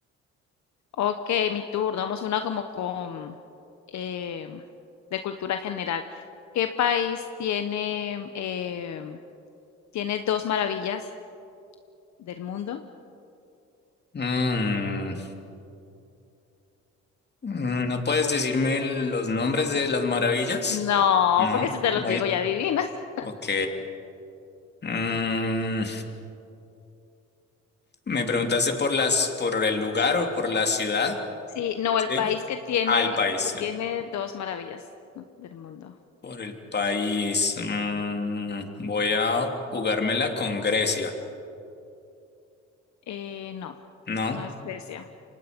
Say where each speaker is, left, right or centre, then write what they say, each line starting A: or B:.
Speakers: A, on the left; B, on the left.
A: Okey, mi turno. Vamos una como con, em, de cultura general. ¿Qué país tiene, em, tiene 2 maravillas del mundo?
B: Mm, mm, ¿no puedes decirme los nombres de las maravillas?
A: No,
B: No,
A: porque si te
B: muy.
A: los digo ya adivinas.
B: Ok. Mm, ¿me preguntaste por las, por el lugar o por la ciudad?
A: Sí, no,
B: Sí.
A: el país que tiene
B: Ah, el país.
A: que tiene
B: el-
A: 2 maravillas, ¿no? del mundo.
B: por el país. Mm, voy a jugármela con Grecia,
A: Eh, no,
B: ¿no?
A: no es Grecia,